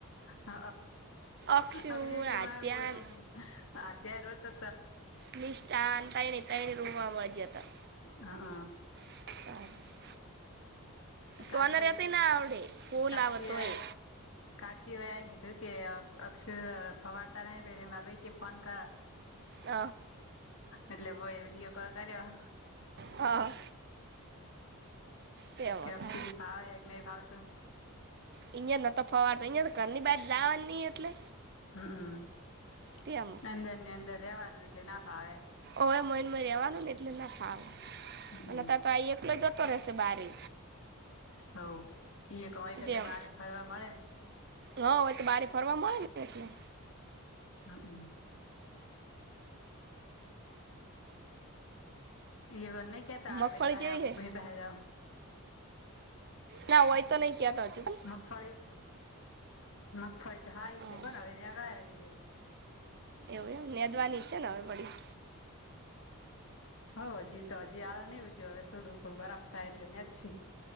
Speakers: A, on the left; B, on the right.
A: હ
B: અક્ષુ
A: અગજ કેવાર
B: આદ્યાન
A: બોલું. અત્યારે તો.
B: નિષ્ઠા એ ત્રણે ત્રણ રવા વાજ હતા.
A: હ હ.
B: હ. સોનર્યાથી
A: કાચી
B: ના આવડે ફૂલ
A: કાચી
B: આવતોય
A: આ કાચી એમ કીધું કે અક્ષર થવાડતા નહી પ મેભી કે ફોન કર
B: હ
A: એટલે વીડીયો કોલ કર્યો.
B: હા. તેવા
A: કે
B: હતા.
A: અક્ષર ફાવે હે કે નહી ફાવતું
B: અહિયાયા નતો ફવાડતો અહિયાયા તો ઘરની બાજ જવાની નઈ એટલે.
A: હમમ
B: તેમ
A: અદરની અંદર રેવાનું એટલે ના ફાવે.
B: ઓવે મન મય રહેવાનું ને એટલે ના થાવ
A: હમમ
B: અને તં તો આ એકલો જતો રહેશે બારે
A: હ એ કય કે
B: તેમ
A: તો બારે ફરવા મળે ને
B: હા હોય તો બારે ફરવા મળે ને એટલે
A: હમમ. ઈવન નહી કેતા હવે
B: મગફળી
A: બે પસે
B: જેવી
A: આવું
B: હે
A: બે પસે જાવ
B: ના વય તો નઈ ક્યા તો હજુ
A: મગફળી મગફળી તો હારી
B: હા
A: છે કોને હવે એની આગળાયલી છ.
B: એવું એમ મેદવાની છે ને હવે વડી
A: હ હજી તો હજી આળો નઈ ઉજ્યો હવે થોડું બરાબ થાય એટલે વેચશે